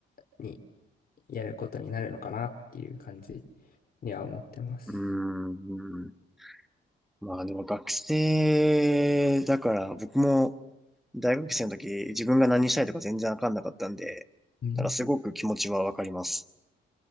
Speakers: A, on the left; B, in the centre.
A: にやることになるのかなっていう感じには思ってます。
B: ん。うーんまあでも学生だから僕も大学生の時自分が何したいとか全然わかんなかったんで、
A: うん。
B: だからすごく気持ちはわかります。